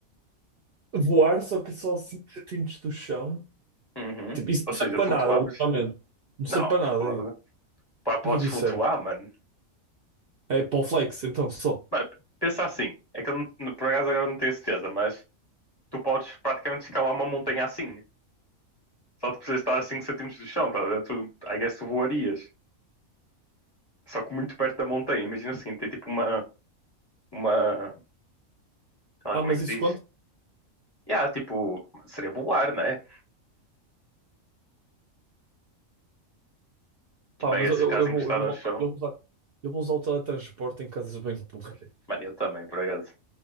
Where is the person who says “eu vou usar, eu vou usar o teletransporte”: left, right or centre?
Right